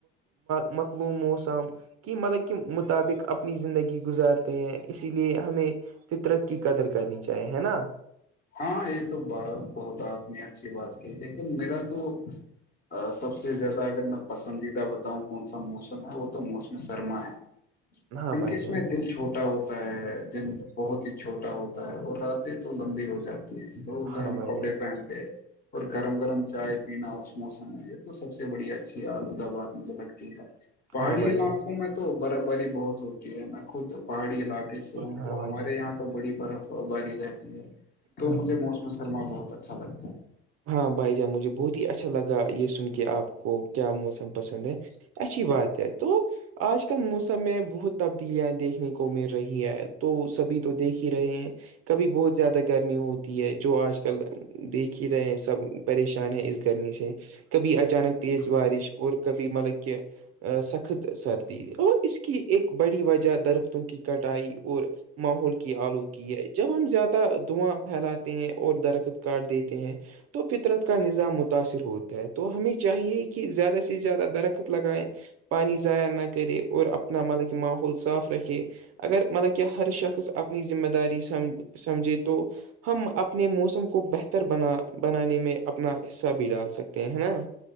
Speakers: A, on the right; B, on the left.
A: مقلوم موم کی مطلب کہ مطابق اپنی زندگی گزار اسی لیے ہمیں فطرت کی قدر کرنی چاہیے ہے نا
B: ہاں یہ تو ب بہت آپ نے اچھی بات کہ لیکن میرا تو <unintelligible> سب سے زیادہ اگر میں پسندیدہ بتاؤں کون سا موسم ہے وہ موسم سرما ہے
A: ہاں
B: کیونکہ
A: بھائی
B: اس
A: جان
B: میں دل چھوٹا ہوتا ہوتا ہے دن بہت ہی چھوٹا ہوتا ہے اور راتیں تو لمبی ہو جاتی ہے بہ
A: ہاں
B: گرم
A: بھائی
B: کپڑے
A: جان
B: پہنتے <unintelligible> اور گرم گرم چائے پینا اس موسم میں یہ تو سب سے بڑی اچھی ہے آلود آباد مجھ لگ ہے ہے پہاڑی
A: ہاں بھائی
B: علاقوں
A: جان
B: میں تو برف باری بہت ہوتی کہ میں خود پہاڑی علاقے سے ہوں
A: ہاں
B: تو
A: بھائی
B: ہمارے
A: جان
B: یہاں تو بڑی برف باری رہتی ہے تو
A: ہاں
B: مجھے موسم سرما بہت اچھا لگتا ہے <unintelligible>
A: ہاں بھائی جان مجھے بہت ہی اچھا لگا یہ سن کے آپ کو کیا موسم پسند ہے اچھی بات ہے تو <unintelligible> آج کل موسم میں بہت تبدیلیاں دیکھنے کو مل رہی ہے تو سبھی تو دیکھ ہی رہے ہیں کبھی بہت زیادہ گرمی ہوتی ہے جو آج کل دیکھیے رہے ہیں سب پریشان ہیں اس گرمی سے کبھی اچانک تیز بارش اور کبھی مطلب کہ سخت سردی اور اس کی ایک بڑی وجہ درختوں کی کٹائی اور ماحول کی آلودگی ہے جب ہم زیادہ دھواں پھیلاتے ہیں اور درخت کاٹ دیتے ت ہیں <inaudible> تو فطرت کا نظام متاثر ہوتا ہے تو ہمیں چاہیے کہ زیادہ سے زیادہ درخت لگائیں پانی ضائع نہ کرے اور اپنا مطلب کہ ماحول صاف رکھے اگر مطلب کہ ہر شخص اپنی ذمہ داری سمج سمجھے تو ہم اپنے موسم کو بہتر بنا بنانے میں اپنا حصہ بھی ڈال سکتے ہیں ہے نا